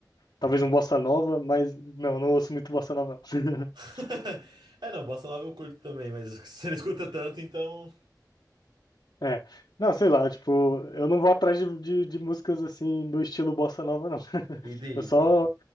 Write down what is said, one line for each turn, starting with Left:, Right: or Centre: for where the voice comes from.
Left: Talvez um bossa nova, mas não, não ouço muito bossa nova. não. <laughs>
Right: <laughs> É, não, bossa nova eu curto também, mas <laughs> você não escuta tanto, então.
Left: É. Não, sei lá, tipo, eu não vou atrás de, de, de músicas, assim, do estilo bossa nova, não. <laughs>
Right: Entendi,
Left: Eu
Right: entendi.
Left: só,